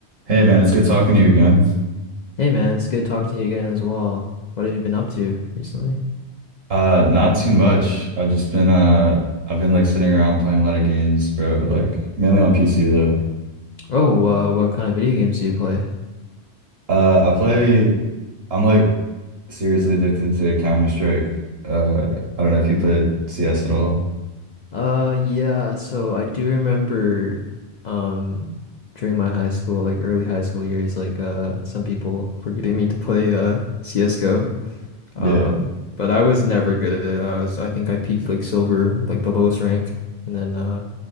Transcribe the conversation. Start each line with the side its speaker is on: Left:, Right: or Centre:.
Right: Hey man, it's good talking to you again.
Left: Hey man, it's good talking to you again as well. What have you been up to recently?
Right: Uh, not too much. I've just been uh, I've been like sitting around playing a lot of games, bro. Like mainly on PC though.
Left: Oh, uh, what kind of video games do you play?
Right: Uh, I play. I'm like seriously addicted to Counter-Strike. Uh, I don't know if you play CS at all.
Left: Uh, yeah, so I do remember, um, during my high school, like early high school years, like, uh, some people were getting me to play, uh, CSGO.
Right: Yeah.
Left: Um, but I was never good at it. I was, I think I peaked like silver, like the lowest rank. And then, uh,